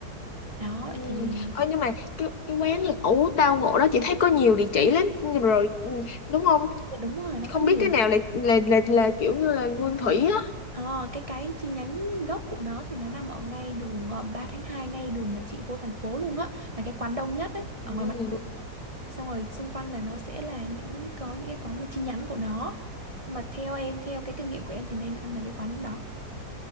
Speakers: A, on the right; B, on the left.
A: Đó
B: Ừ.
A: thì
B: Ơ nhưng mà cái cái quán lẩu tao ngộ đó chị thấy có nhiều địa chỉ lắm rồi ừ, đúng không
A: dạ đúng rồi, nó có
B: không
A: nhiều.
B: biết cái nào là là là, là kiểu như là nguyên thủy á
A: Ờ, cái cái chi nhánh gốc của nó thì nó nằm ở ngay đường ờ, ba tháng hai ngay đường mà chị vô thành phố luôn á, là cái quán đông nhất ấy,
B: ừ.
A: ở ngoài mặt đường. Xong rồi xung quanh là nó sẽ là những có những cái quán mà chi nhánh của nó. Nhưng mà theo em, theo cái kinh nghiệm của em thì nên ăn ở cái quán đó.